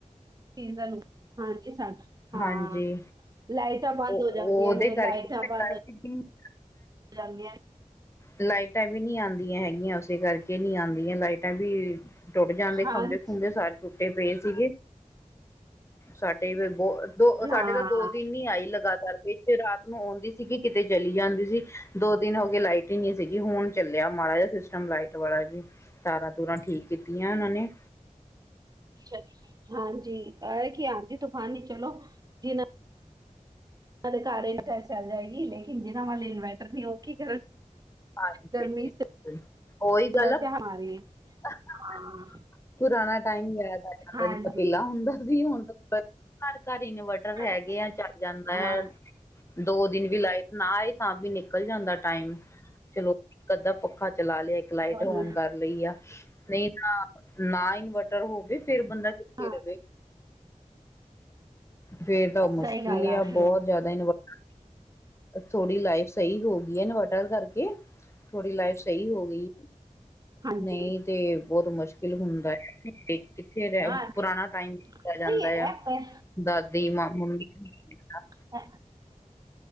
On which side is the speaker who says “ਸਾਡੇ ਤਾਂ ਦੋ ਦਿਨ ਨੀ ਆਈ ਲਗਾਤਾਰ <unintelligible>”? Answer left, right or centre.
Left